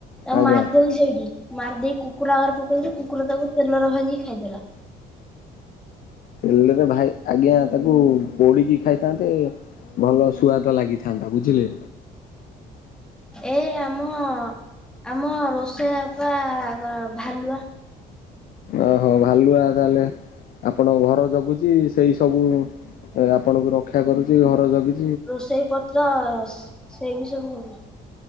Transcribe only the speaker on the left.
ଆଜ୍ଞା।
ତେଲରେ ଭାଇ ଆଜ୍ଞା, ତାକୁ ପୋଡିକି ଖାଇଥାନ୍ତେ ଭଲ ସୁୁଆଦ ଲାଗିଥାନ୍ତା, ବୁଝିଲେ?
ଓହୋ, ଭାଲୁଆ ତାହେଲେ ଆପଣଙ୍କ ଘର ଜଗୁଚି, ସେଇ ସବୁ ଆପଣଙ୍କୁ ରକ୍ଷା କରୁଛି, ଘର ଜଗି